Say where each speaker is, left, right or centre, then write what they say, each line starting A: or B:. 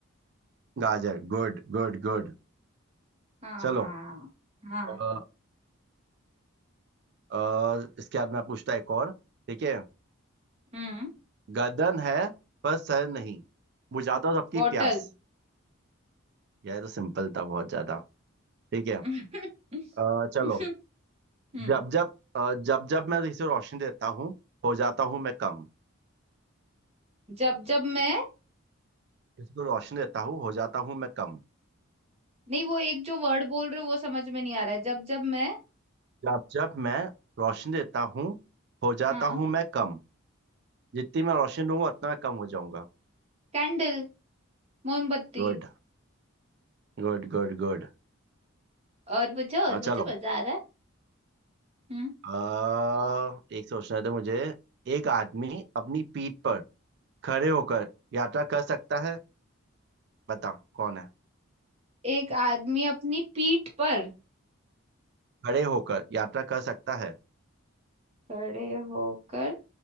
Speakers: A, on the right; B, on the right.
A: गाजर गुड गुड गुड
B: हाँ
A: चलो
B: हाँ
A: अ, अ, इसके बाद मैं पूछता एक और ठीक है
B: हम्म
A: गर्दन है पर सर नहीं बुझाता हूँ सबकी
B: बॉटल
A: प्यास यार ये तो सिंपल था बहुत ज्यादा ठीक है
B: हम्म
A: अ, चलो जब
B: <laughs>
A: जब अ, जब जब मैं इसे रोशनी देता हूँ हो जाता हूँ मैं कम
B: जब जब मैं
A: किसी को रोशनी देता हूँ हो जाता हूँ मैं कम
B: नहीं वो एक जो वर्ड बोल रहे हो वो समझ में नहीं आ रहा है जब जब मैं
A: जब जब मैं रोशनी देता हूँ हो जाता
B: हाँ
A: हूँ मैं कम जितनी मैं रोशनी दूंगा उतना मैं कम हो जाऊंगा
B: कैंडल मोमबत्ती
A: Good good good good
B: और पूछो और
A: चलो
B: पूछो मजा आ रहा है हम्म
A: आ, एक सोचना था मुझे एक आदमी अपनी पीठ पर खड़े होकर यात्रा कर सकता है बताओ कौन है
B: एक आदमी अपनी पीठ पर
A: खड़े होकर यात्रा कर सकता है
B: खड़े होकर